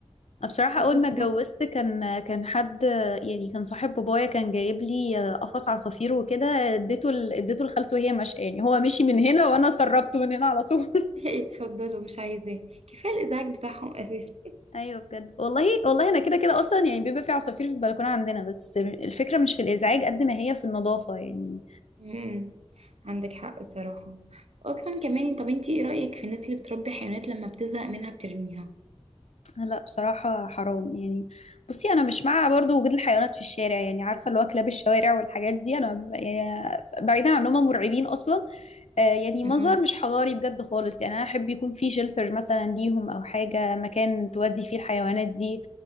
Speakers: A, on the left; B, on the right.
A: أنا بصراحة
B: يبقى
A: أول
B: حوض
A: ما اتجوزت
B: سمك
A: كان كان حد يعني كان صاحب بابايا كان جايب لي قفص عصافير وكده اديته ال- اديته لخالته وهي ماشية يعني هو مشي من هنا وأنا سربته من هنا على طول
B: <laughs> اتفضلوا مش عايزاه كفايه الازعاج بتاعهم اساسا
A: <laughs> أيوه بجد والله والله أنا كده كده أصلا يعني بيبقى في عصافير في البلكونة عندنا بس الفكرة مش في الإزعاج قد ما هي في النظافة يعني
B: امم عندك حق صراحه اصلا كمان طب انتي ايه رايك في الناس اللي بتربي حيوانات لما بتزهق منها بترميها
A: لا بصراحة حرام يعني بصي أنا مش مع برضو وجود الحيوانات في الشارع يعني عارفة اللي هو كلاب الشوارع والحاجات دي أنا ب- يعني بعيدا عن إنهم مرعبين أصلا آه يعني
B: اها
A: منظر مش حضاري بجد خالص يعني أنا أحب يكون في شلتر مثلا ليهم أو حاجة مكان تودي فيه الحيوانات دي